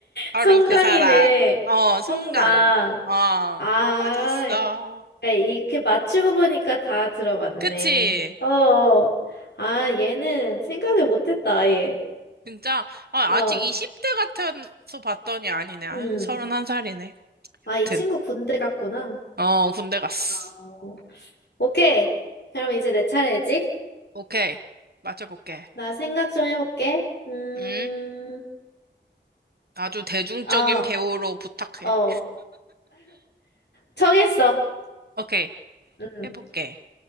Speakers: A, on the right; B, on the left.
A: 바로
B: 송강이네.
A: 그 사람. 어,
B: 송강.
A: 송강. 어,
B: 아,
A: 맞았어.
B: 그러니까 이렇게 맞추고 보니까 다 들어봤네.
A: 그치?
B: 어, 어. 아, 얘는 생각을 못했다, 아예.
A: 진짜 아,
B: 어,
A: 아직 20대 같아서 봤더니 아니네. 아니,
B: 음.
A: 31살이네.
B: 아,
A: 아무튼.
B: 이 친구 군대 갔구나.
A: 어, 군대 갔어.
B: 어. 오케이. 그럼 이제 내 차례지?
A: 오케이. 맞춰볼게.
B: 나 생각 좀 해볼게. 음,
A: 응? 아주 대중적인
B: 어,
A: 배우로 부탁해.
B: 어. 정했어.
A: 오케이.
B: 음,
A: 해볼게.